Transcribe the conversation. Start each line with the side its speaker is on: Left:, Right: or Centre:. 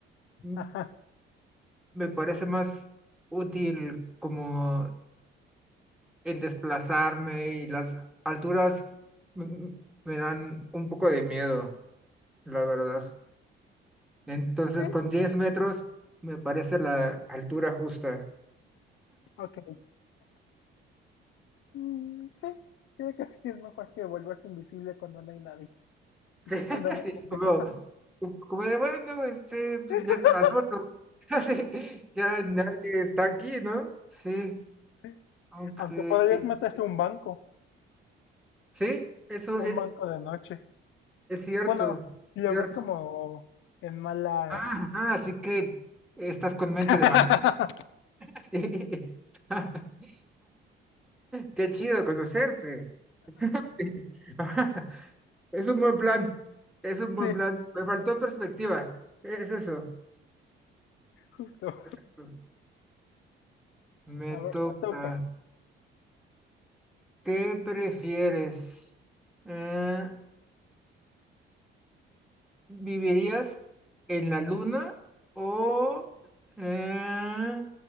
Centre: m-
Left: Ajá.
Centre: me parece más útil como en desplazarme y las alturas m- me dan un poco de miedo, la verdad. Entonces
Left: Sí,
Centre: con 10 metros me parece la altura justa.
Left: ok. Mm, sí, creo que sí es mejor que volverte invisible cuando no hay nadie.
Centre: Sí,
Left: Y cuando
Centre: <laughs> así
Left: no
Centre: es
Left: hay
Centre: como,
Left: nadie.
Centre: como de, bueno, este, pues
Left: <laughs>
Centre: ya estaba solo. <laughs> Así, ya nadie está aquí, ¿no? Sí,
Left: Sí,
Centre: aunque,
Left: Aunque podrías meterte a un banco,
Centre: sí, eso
Left: un
Centre: es,
Left: banco de noche.
Centre: es cierto,
Left: Bueno, lo
Centre: cierto.
Left: ves como en malas.
Centre: Ah, ajá, así que estás con mente
Left: <laughs>
Centre: de manera, <laughs> sí. <laughs> Qué chido conocerte. Sí. <laughs> Es un buen plan, es un
Left: Sí,
Centre: buen plan. Me faltó perspectiva, es eso,
Left: justo.
Centre: es eso. Me
Left: A ver,
Centre: toca.
Left: te toca.
Centre: ¿Qué prefieres? Eh, ¿vivirías en la luna o eh,